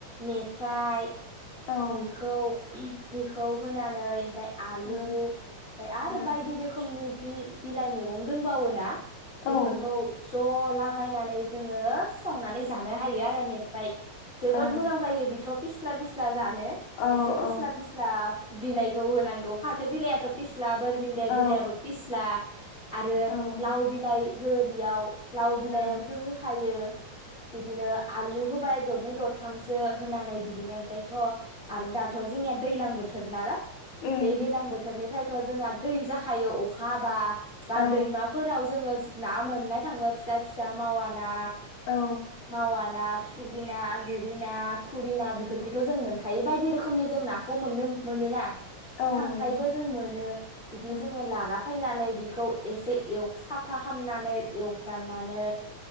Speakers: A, on the left (about 20°); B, on the left (about 70°).
A: मेफ्राय
B: औ
A: बेखौ बेखौ होनानै फ्राय आलु
B: औ
A: ओमफाय आरो
B: ओ
A: बायदि रोखोमनि बि बिलाइ मैगं दोंबावोना?
B: औ
A: बेफोरखौ ज'थ लागायनानै जोङो संनानै जानो हायो आरो मेफ्राय जोबोद
B: औ
A: मोजां जायो बिथ' पिस्ला बिस्ला जानो
B: औ
A: एसे
B: औ
A: फिस्ला फिस्ला बिलाइ खौ‌ होनांगौ फाथो बिलाइथ' फिस्लाब बोरमिदाय
B: औ
A: बिलायाबो फिसला आरो
B: औ ओ
A: लाव बिलाइ हो बेयाव लाव बिलाइयावथ'
B: औ
A: होखायो बिदिनो आलु हबाय दरनै दरथामसो। होनानै बिदिनो ओमफ्रायथ' आरो दाथ' जोंनिया दैलां बोथोर नालाय।
B: ओम
A: दै दैलां बोथोरनिफ्राय थ' जोंहा दै जाखायो अखा हाबा। बा
B: औ
A: दैमाफोराव जोङो ना मोननाय थाङो फिसा फिसा मावा ना।
B: औ
A: मावा ना। फिथिग्रि ना, गोरि ना थुरिना बिफोरखौथ' जों मोनखा हायो बायदि रोख खोमनि जों नाखौ मोननो मोनोना।
B: औ
A: खांख्राइबो
B: मोनो
A: जों मोनो बिदि
B: ओ
A: जों लाला फायनानै बेखौ एसे एल साफा खामनानै एवफ्रानानै